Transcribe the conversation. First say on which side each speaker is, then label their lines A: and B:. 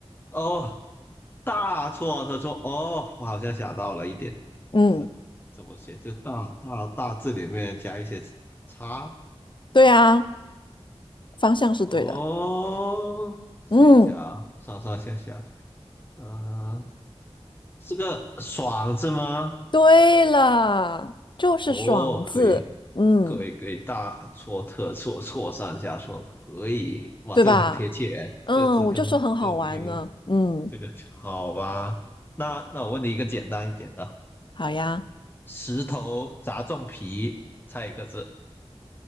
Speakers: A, on the left; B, on the left.
A: 哦。大错特错哦，我好像想到了一点，
B: 嗯，
A: 是怎么写？就大大大字里面加一些叉
B: 对啊，方向是对的，
A: 哦，写一下啊，
B: 嗯。
A: 上上下下，呃，是个爽字吗？
B: 对了，就是爽字，
A: 哦，可以，
B: 嗯，
A: 可以，可以，大错特错，错上加错，可以，哇，
B: 对吧？
A: 这个很贴切，
B: 嗯，
A: 这个字跟这个谜语
B: 我就说很好玩呢。嗯，
A: 跟这个好吧？那那我问你一个简单一点的，
B: 好呀。
A: 石头砸中皮，猜一个字。